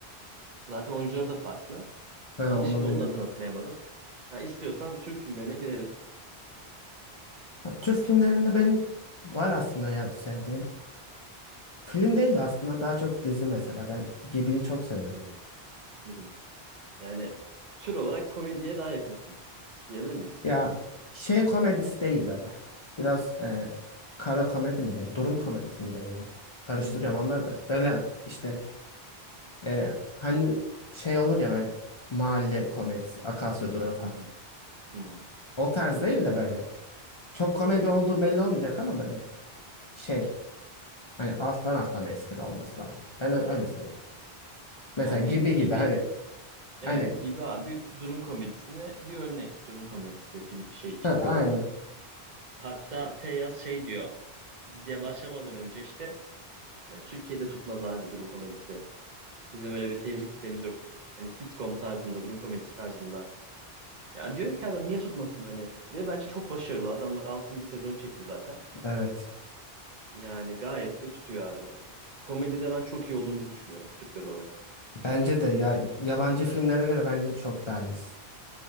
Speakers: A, on the right (about 50°); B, on the left (about 40°).
A: Zaten oyuncuları da farklı.
B: Ha,
A: Ama
B: onu
A: şimdi
B: bilmiyorum.
A: onun da adını hatırlayamadım. Ha, istiyorsan Türk filmlerine girelim.
B: Ha, Türk filmlerinde benim var aslında ya sevdiğim. Film değil de aslında daha çok dizi mesela. Ben Gibi'yi çok seviyorum.
A: Hmm, hı hı. Yani tür olarak komediye daha yakınsın diyebilir miyiz?
B: Ya şey komedisi değil böyle. Biraz e, kara komedi mi deniyor? Durum komedisi mi deniyor? Karıştırıyorum
A: Hı hı,
B: onlar da. Böyle işte e, hani şey olur ya böyle mahalle komedisi, Akasya Durağı falan.
A: hı hı, hı hı.
B: O tarz değil de böyle çok komedi olduğu belli olmayacak ama böyle şey hani alttan alttan espri olması lazım. Ben ö- öyle seviyorum. Mesela
A: Yani
B: gibi
A: gibi
B: gibi hani
A: evet
B: aynen.
A: gibi abi durum komedisine bir örnek durum komedisi film şey çekiyorlar.
B: Ha, aynen.
A: Hatta Feyyaz şey diyor diziye başlamadan önce işte Yani Türkiye'de tutmaz abi durum komedisi. Bizim öyle bir seyirci kitlemiz yok. Hani sitcom tarzında, durum komedisi tarzında. Ya diyor ki adam niye tutmasın hani? Ve bence çok başarılı. Adamlar 6. sezon çekti zaten.
B: Evet.
A: Yani gayet de tutuyor abi. Komedide ben çok iyi olduğumuzu düşünüyorum Türkler olarak.
B: Bence de ya yabancı filmlere göre bence çok daha iyiyiz.